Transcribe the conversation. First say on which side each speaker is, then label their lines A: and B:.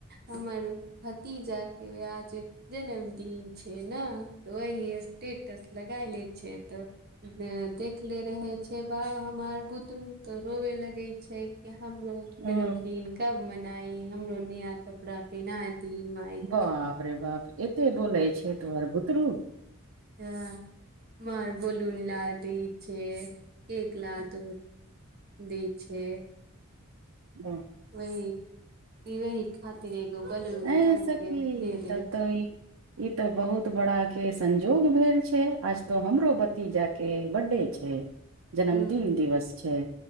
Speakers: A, on the right; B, on the right.
A: हमर। भाटिया के व आज जन्मदिन छै ने तऽ ओही स्टेटस लगायले छै तऽ देखले रहे छै बाब हमार बुतरू त रोवे लगे छै कि हमरो
B: ओ
A: जन्मदिन। कब मनाई हमरो न यहा कपड़ा पहिना दी माई
B: बाप रे बाप एते बोले छै तोहर बुतरू।
A: ह मर बोलन ल दी छै एक ल दू दी छै
B: हँ।
A: वही खातिर एगो बलून निकालके
B: ए सखी
A: दे दै
B: तब तऽ
A: छै
B: ई ई ते बहुत बड़ा के संजोग भेल छै आज तो हमरो तीजा के बर्दे छै जन्मदिन
A: हुं
B: दिवस छै।